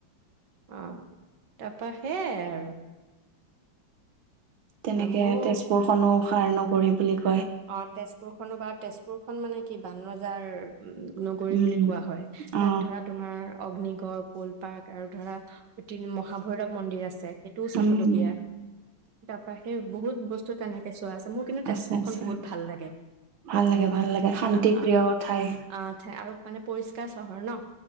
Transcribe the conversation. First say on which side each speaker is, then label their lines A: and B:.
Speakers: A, on the right (about 65°); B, on the right (about 85°).
A: আহ তাৰপা সেয়াই আৰু
B: তেনেকে
A: মোৰ
B: তেজপুৰ খনু কাৰ নগৰিম বুলি ক
A: অ তেজপুৰ খনো বা তেজপুৰখন মানে কি বান ৰজাৰ উ নগৰী
B: উম
A: বুলি কোৱা হয় তাত
B: অ
A: ধৰা তোমাৰ অগ্নি গড় কল পাৰ্ক আৰু ধৰাঐতিনি মহাভৈৰৱ মন্দিৰ আছে সেইটোও চাবলগীয়া
B: উম
A: তাৰাপা সেই বহুত বস্তু তেনেকে তেঁচ আছে মোৰ কিন্ত তেজপুৰ
B: আছে
A: বহুত
B: আছে
A: ভাল লাগে
B: ভাল লাগে ভাল লাগে শান্তি
A: আহ
B: প্ৰিয় ঠাই
A: আহ ঠাই আৰু মানে পৰিষ্ চহৰ ন